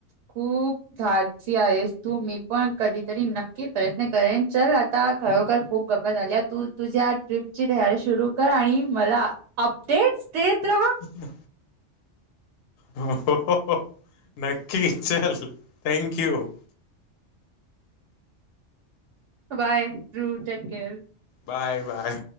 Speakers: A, on the right (about 70°); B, on the left (about 65°).
A: खूप धाडसी आहेस तू मी पण कधीतरी नक्की प्रयत्न करेन चल आता खरोखर खूप गप्पा झाल्यात तू तुझ्या ट्रीप ची तयारी सुरू कर आ आणि मला अपडेटस देत रा
B: अह. हो, हो, हो, हो नक्की चल थँक यू.
A: बाय रू टेक केअर.
B: Bye bye.